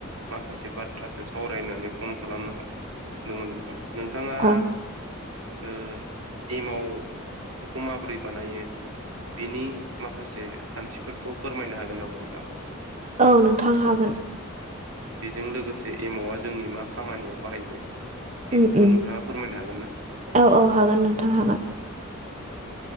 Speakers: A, on the right (about 70°); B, on the right (about 35°).
A: माखासे बाथ्रासो सावरायनानै फन खालामनो हरदोंमोन नोंथां नोंथाङा
B: औ
A: ओ एमावखौ माबोरै बानायो? बिनि माखासे खान्थिफोरखौ फोरमायनो हागोन नामा नोंथां?
B: औ नोंथां हागोन
A: बेजों लोगोसे एमावआ जोंनि मा खामानियाव बाहायजायो बेखौबो
B: उम उम
A: नोंथाङा फोरमायनो हागोन ना?
B: औ औ हागोन नोंथां हागोन।